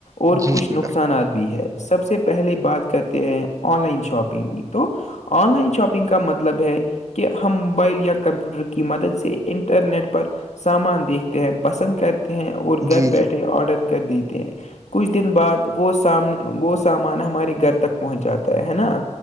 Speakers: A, on the right (about 25°); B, on the left (about 70°).
A: جی
B: اور کچھ
A: جی
B: نقصانات بھی ہے سب سے پہلے بات کرتے ہیں آن لائن شاپنگ تو آن لائن شاپنگ کا مطلب ہے کہ ہم موبائل یا کمپیوٹر کی مدد سے انٹرنیٹ پر سامان دیکھتے ہیں پسند کرتے ہیں اور گھر
A: جی جی
B: بیٹھے آڈر کر دیتے ہیں کچھ دن بعد وہ سامنے وہ سامان ہمارے گھر تک پہنچ جاتا ہے ہے نا